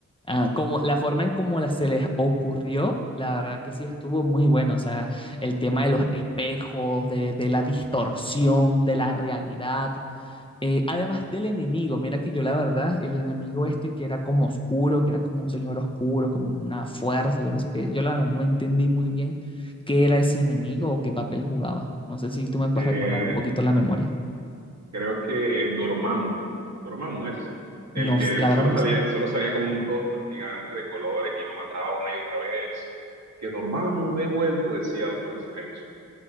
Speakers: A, on the left; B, on the right.
A: Ah, como la forma en cómo la, se les ocurrió, la verdad que sí estuvo muy bueno. O sea, el tema de los espejos, de, de la distorsión de la realidad, Eh, además del enemigo, mira que yo la verdad, el enemigo este que era como oscuro, que era como un señor oscuro, como una fuerza, yo no sé qué, yo la verdad no entendí muy bien qué era ese enemigo o qué papel jugaba. No sé si tú me puedes
B: service
A: recordar un poquito la memoria.
B: creo que Dormammu, Dormammu es el
A: No,
B: que
A: s- la
B: solo
A: verdad no
B: salía,
A: sé.
B: solo salía como un rostro gigante de colores y lo mataba una y otra vez. Que Dormammu he vuelto, decía Doctor Strange.